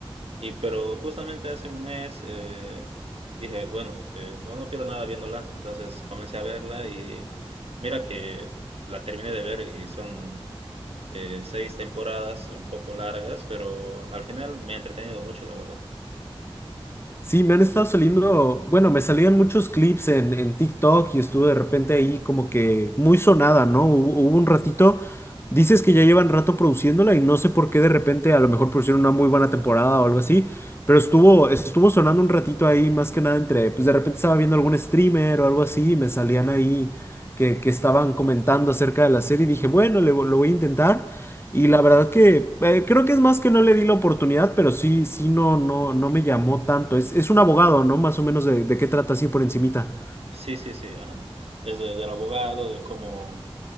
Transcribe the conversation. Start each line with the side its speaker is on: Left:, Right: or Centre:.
Right: Y pero justamente hace un mes eh, dije, bueno, eh, no, no pierdo nada viéndola. Entonces comencé a verla y mira que la terminé de ver y son eh, seis temporadas un poco largas, pero al final me ha entretenido mucho, la verdad.
Left: Sí, me han estado saliendo, bueno, me salían muchos clips en, en TikTok y estuve de repente ahí como que muy sonada, ¿no? Hubo, hubo un ratito, dices que ya llevan rato produciéndola y no sé por qué de repente a lo mejor pusieron una muy buena temporada o algo así, pero estuvo, estuvo sonando un ratito ahí más que nada entre, pues de repente estaba viendo algún streamer o algo así y me salían ahí que, que estaban comentando acerca de la serie y dije, bueno, le vo- lo voy a intentar. Y la verdad que eh, creo que es más que no le di la oportunidad, pero sí, sí, no, no, no me llamó tanto. Es, es un abogado, ¿no? Más o menos de, de qué trata así por encimita.
Right: Sí, sí, sí, ajá. Es de- del abogado, de cómo,